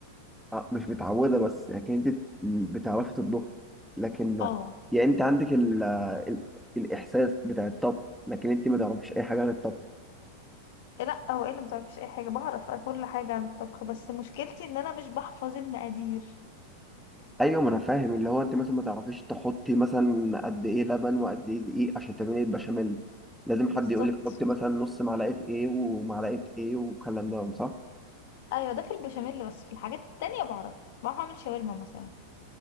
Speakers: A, in the centre; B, on the left.
A: آه، مش متعودة بس لكن انت بتعرفي تطبخي لكن
B: اه
A: يعني انت عندك ال... ال... الإحساس بتاع الطبخ لكن انت ما تعرفيش أي حاجة عن الطبخ
B: لا هو ايه اللي ما بتعرفيش اي حاجه بعرف كل حاجه عن الطبخ بس مشكلتي ان انا مش بحفظ المقادير
A: أيوة ما أنا فاهم اللي هو انت مثلا ما تعرفيش تحطي مثلا قد إيه لبن وقد إيه دقيق عشان تعملي البشاميل لازم حد
B: بالظبط
A: يقول لك حطي مثلا نص معلقة إيه ومعلقة إيه والكلام ده صح؟
B: ايوه ده في البشاميل بس في الحاجات التانية بعرف بعرف اعمل شاورما مثلا